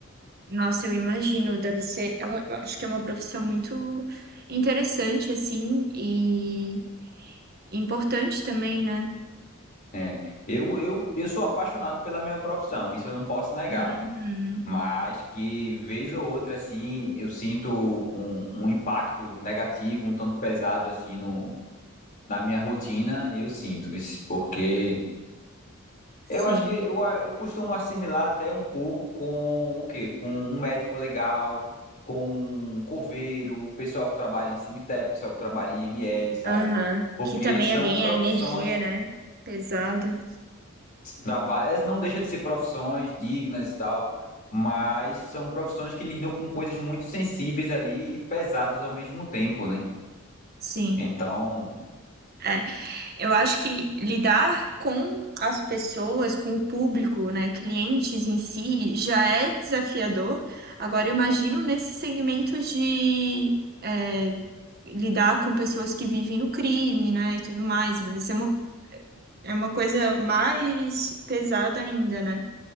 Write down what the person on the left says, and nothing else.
né? Eu, eu, eu sou apaixonado pela minha profissão, isso eu não posso negar.
mas que vez ou outra assim eu sinto um, um impacto negativo, um tanto pesado assim no, na minha rotina, eu sinto isso, porque
eu acho que eu, a- eu costumo assimilar até um pouco com o quê? Com um médico legal, com um coveiro, o pessoal que trabalha em cemitério, o pessoal que trabalha em m l sabe?
Porque
são
profissões
trabalhos, não deixa de ser profissões dignas e tal, mas são profissões que lidam com coisas muito sensíveis ali e pesadas ao mesmo tempo, né?
Então,